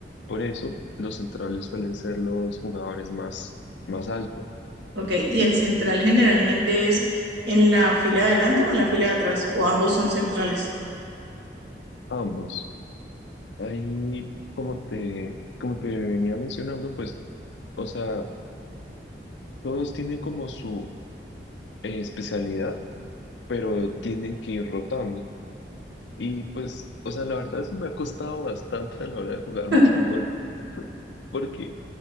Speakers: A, on the left; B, on the right.
A: Por eso, los centrales suelen ser los jugadores más, más altos,
B: Ok, ¿y el central generalmente es en la fila de adelante o en la fila de atrás? ¿O ambos son centrales?
A: ambos. Ahí, como te, como te venía mencionando, pues, o sea, todos tienen como su eh, especialidad, pero tienen que ir rotando. Y pues, o sea, la verdad eso me ha costado bastante a la hora de jugar
B: <laughs>
A: <laughs> voleibol, porque